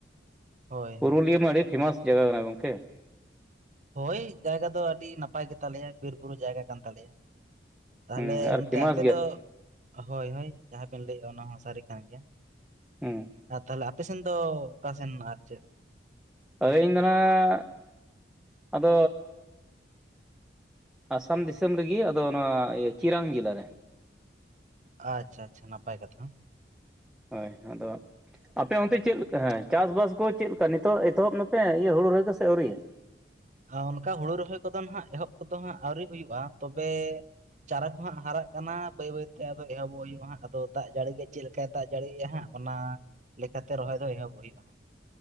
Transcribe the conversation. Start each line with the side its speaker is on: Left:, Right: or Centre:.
Centre: ᱾
Right: ᱦᱳᱭ
Centre: ᱯᱩᱨᱩᱞᱤᱭᱟᱹ
Right: ᱦᱳᱭ
Centre: ᱢᱟ ᱟᱹᱰᱤ ᱯᱷᱮᱢᱟᱥ ᱡᱟᱭᱜᱟ ᱠᱟᱱᱟ ᱜᱚᱢᱠᱮ ᱾
Right: ᱦᱳᱭ ᱡᱟᱭᱜᱟ ᱫᱚ ᱟᱹᱰᱤ ᱱᱟᱯᱟᱭ ᱜᱮ ᱛᱟᱞᱮᱭᱟ ᱾ ᱵᱤᱨ ᱵᱩᱨᱩ ᱡᱟᱭᱜᱟ ᱠᱟᱱ ᱛᱟᱞᱮᱭᱟ ᱾ ᱛᱟᱦᱞᱮ
Centre: ᱦᱩᱸ ᱟᱨ
Right: ᱚᱱᱛᱮ
Centre: ᱯᱷᱮᱢᱟᱥ
Right: ᱟᱯᱮ
Centre: ᱜᱮᱭᱟ
Right: ᱫᱚ ᱦᱳᱭ ᱦᱳᱭ ᱡᱟᱦᱟᱸ ᱵᱮᱱ ᱞᱟᱹᱭᱮᱫᱼᱟ ᱚᱱᱟ ᱦᱚᱸ ᱥᱟᱹᱨᱤ ᱠᱟᱱ ᱜᱮᱭᱟ ᱾
Centre: ᱦᱩᱸ
Right: ᱟᱨ ᱛᱟᱦᱚᱞᱮ ᱟᱯ ᱟᱯᱮ ᱥᱮᱱ ᱫᱚ ᱚᱠᱟ ᱥᱮᱱ ᱟᱨ ᱪᱮᱫ?
Centre: ᱟᱹᱞᱤᱧ ᱫᱚ ᱱᱟᱦᱟᱜ <inaudible> ᱟᱫᱚ ᱟᱥᱟᱢ ᱫᱤᱥᱚᱢ ᱨᱮᱜᱮ ᱟᱫᱚ ᱱᱚᱣᱟ ᱤᱭᱟᱹ ᱪᱤᱨᱟᱱ ᱡᱮᱞᱟ ᱨᱮ ᱾
Right: ᱟᱪᱪᱷᱟ ᱟᱪᱪᱷᱟ ᱱᱟᱯᱟᱭ ᱠᱟᱛᱷᱟ ᱾
Centre: ᱦᱳᱭ, ᱟᱫᱚ ᱟᱯᱮ ᱚᱱᱛᱮ ᱪᱮᱫ ᱞᱮᱠᱟ? ᱦᱮᱸ ᱪᱟᱥᱵᱟᱥ ᱠᱚ ᱪᱮᱫ ᱞᱮᱠᱟ ᱱᱤᱛᱚᱜ ᱮᱛᱚᱦᱚᱵ ᱮᱱᱟ ᱯᱮ, ᱤᱭᱟᱹ ᱦᱩᱲᱩ ᱨᱚᱦᱚᱭ ᱥᱮ ᱟᱹᱣᱨᱤᱭᱟᱹ?
Right: ᱟᱨ ᱚᱱᱠᱟ ᱦᱩᱲᱩ ᱨᱚᱦᱚᱭ ᱠᱚᱫᱚ ᱱᱟᱦᱟᱜ ᱮᱦᱚᱵ ᱠᱚᱫᱚ ᱦᱟᱸᱜ ᱟᱹᱣᱨᱤ ᱦᱩᱭᱩᱜᱼᱟ, ᱛᱚᱵᱮ ᱪᱟᱨᱟ ᱠᱚ ᱦᱟᱸᱜ ᱦᱟᱨᱟᱜ ᱠᱟᱱᱟ ᱵᱟᱹᱭ ᱵᱟᱹᱭᱛᱮ ᱾ ᱟᱫᱚ ᱮᱦᱚᱵᱚᱜ ᱦᱩᱭᱩᱜᱼᱟ ᱦᱟᱸᱜ, ᱟᱫᱚ ᱫᱟᱜ ᱡᱟᱹᱲᱤ ᱜᱮ ᱪᱮᱫ ᱪᱮᱫᱠᱟᱭ ᱫᱟᱜ ᱡᱟᱹᱲᱤᱭᱮᱜᱼᱟ ᱦᱟᱸᱜ ᱾ ᱚᱱᱟ ᱞᱮᱠᱟ ᱛᱮ ᱨᱚᱦᱚᱭ ᱫᱚ ᱮᱦᱚᱵ ᱦᱩᱭᱩᱜᱼᱟ ᱦᱟᱸᱜ ᱾